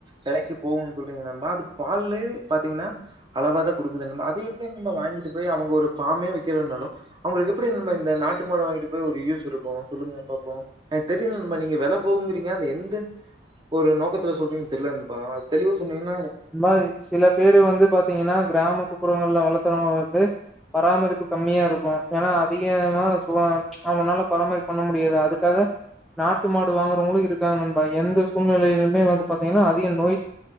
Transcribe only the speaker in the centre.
ல்லா சில பேரு வந்து பாத்தீங்னா கிராமத்து புறங்கள்ல வளத்துறவங்க வந்து பராமரிப்பு கம்மியா ருக்கு ஏன்னா அதிகமா ச அவனால பராமரிப்பு பண்ண முடியாது அதுக்காக நாட்டு மாடு வாங்குறவங்களு இருக்காங்க நண்பா எந்த சூழ்நிலையிலுமே வந்து பாத்தீங்னா அதிக நோய்